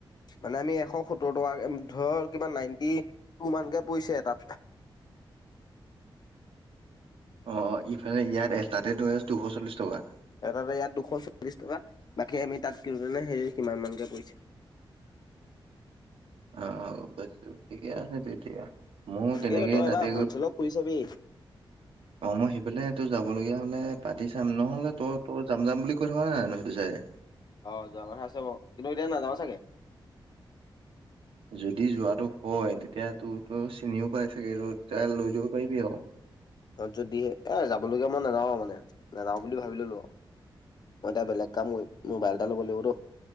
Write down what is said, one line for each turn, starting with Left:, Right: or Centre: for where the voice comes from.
Left: মানে আমি এশ সত্তৰ টকা ধৰ কিবা নাইনটি টু মানকে পৰিছে এটাত।
Right: অ ইফালে ইয়াত এটাতে আছে দুশ চল্লিশ টকা লয়।
Left: এটাতে ইয়াত দুশ চল্লিশ টকা বাকী আমি তাত কিনোতে হেৰি কিমান মানকে পৰিছে।
Right: আহ অ বে ঠিকে আছে তেতিয়া ময়ো তেনেকেই
Left: এইটো তই
Right: তাতে
Left: এবাৰ হ'লচেলত
Right: গৈ। <inaudible>
Left: খুলি চাবি
Right: অ মই সেইফালে তো যাব লগীয়া হ'লে পাতি চাম নহ'লে তই তই যাম যাম বুলি কৈ থকা নাই জানো সেইটো চাইদে।
Left: অ যোৱা কথা আছে বাৰ কিন্তু এতিয়া নাযাওঁ চাগে।
Right: যদি যোৱাটো হয় তেতিয়া তোৰ তো চিনিও পাই চাগে তেতিয়া লৈ দিব পাৰিবি আৰু।
Left: যদিহে, এ যাবলগীয়া মই নাযাওঁ মানে। নাযাওঁ বুলি ভাবি ললোঁ আও। মই এতিয়া বেলেগ কাম কৰিম। মোবাইল এটা ল'ব লাগিবতো।